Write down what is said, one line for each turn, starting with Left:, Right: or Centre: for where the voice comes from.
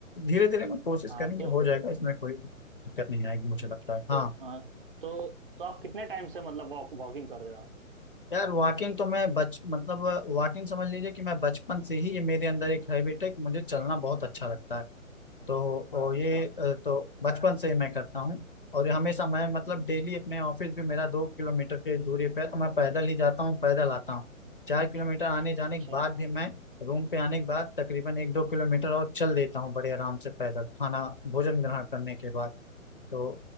Left: धीरे धीरे मैं कोशिश
Right: हाँ
Left: करेंगे
Right: तो
Left: हो जाएगा इसमें कोई दिक्कत नहीं आएगी मुझे
Right: हम्म,
Left: लगता है हाँ
Right: तो अ, तो तो आप कितने टाइम से मतलब वॉक वॉकिंग कर रहे हो आप
Left: यार वॉकिंग तो मैं बच मतलब वॉकिंग समझ लीजिए कि मैं बचपन से ही ये मेरे अंदर एक हैबिट है कि मुझे चलना बहुत अच्छा लगता है तो और
Right: अच्छा
Left: ये अ, तो बचपन से ही मैं करता हूँ और ये हमेशा मैं मतलब
Right: हम्म,
Left: डेली अपने ऑफिस भी मेरा दो किलोमीटर की दूरी पे है तो मैं पैदल ही जाता हूँ पैदल आता हूँ चार किलोमीटर आने जाने
Right: अच्छा
Left: के बाद भी मैं रूम पे आने के बाद तकरीबन एक दो किलोमीटर और चल देता हूँ बड़े आराम से पैदल खाना भोजन ग्रहण करने के बाद तो